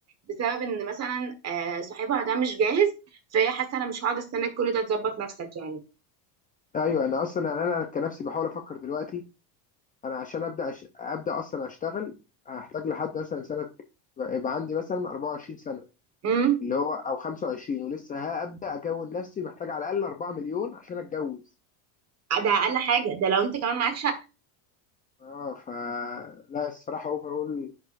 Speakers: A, on the right; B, on the left.
A: بسبب إن مثلا آه، صاحبها ده مش جاهز فهي حاسة أنا مش هقعد أستناك كل ده تظبط نفسك يعني
B: ايوه انا اصلا يعني انا كنفسي بحاول افكر دلوقتي انا عشان ابدا أش... ابدا اصلا اشتغل هحتاج لحد مثلا سنه يبقى عندي مثلا 24 سنه
A: امم
B: اللي هو او 25 ولسه هبدا اكون نفسي محتاج على الاقل 4 مليون عشان اتجوز
A: ده أقل حاجة ده لو أنت كمان معكش
B: اه ف لا الصراحه اوفرول